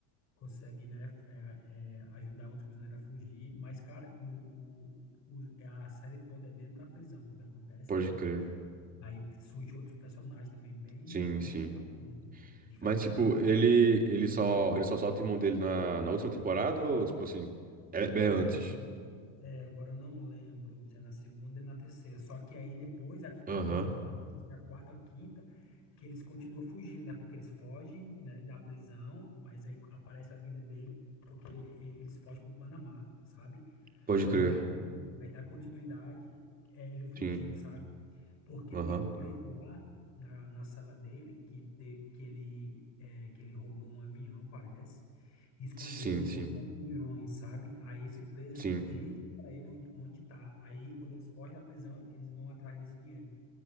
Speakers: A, on the left; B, on the right.
A: consegue, né? é, é, ajudar outros prisioneiros a fugir. Mas, cara, o, o, o- é a série toda é dentro da prisão, porque acontece,
B: Pode
A: né?
B: crer.
A: Aí surgem outros personagens também bem,
B: Sim,
A: bem
B: sim.
A: legal, mesmo, diferenciada
B: Mas, tipo,
A: mesmo.
B: ele, ele só, ele só solta o irmão dele na, na última temporada ou, tipo assim, é, é antes?
A: É, agora, é, agora eu não lembro se é na segunda e na terceira. Só que aí depois a, a
B: Aham,
A: continuidade, não sei se é a quarta ou a quinta, que eles continuam fugindo, né? Porque eles fogem, né, da prisão, mas aí aparece a vida dele, porque e- eles fogem para o Panamá, sabe?
B: pode
A: Aí
B: crer.
A: dá, continu- aí dá continuidade, é, ele fugindo,
B: Sim,
A: sabe? Porque
B: aham.
A: tem um preso lá na, na sala dele que, te, que, ele, é, que ele roubou um avião, parece, e escondeu
B: Sim,
A: não
B: sim,
A: sei quantos milhões, sabe? Aí esse preso
B: sim.
A: diz para ele onde, onde tá. Aí quando eles fogem da prisão, eles vão atrás desse dinheiro.